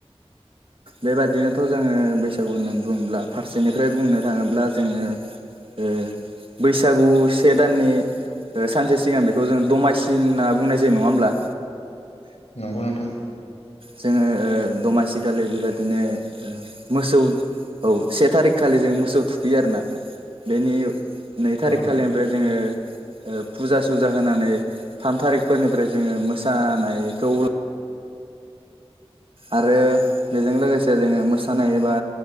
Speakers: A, on the right; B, on the left.
A: बेबायदिनोथ' जोङो बैसागु होननानै बुङोब्ला फारसेनिफ्राय बुंनो थाङोब्ला जोङो ओ बैसागु से दाननि ओ सानसे सिगां बेखौ जों दमासि होनना बुंनाय जायो नङा होमब्ला?
B: नंगौ नोंथां
A: जोङो ओ दमासिखालि बेबादिनो मोसौ औ से थारिखखालि जों मोसौ थुखैयो आरोना बेनि नै थारिख
B: औ
A: खालिनिफ्राय
B: नोंथां
A: जोङो ओ फुजा सुजा होनानै थाम थारिखफोरनिफ्राय जोङो मोसानायखौ आरो बेजों लोगोसे जोङो मोसानाय एबा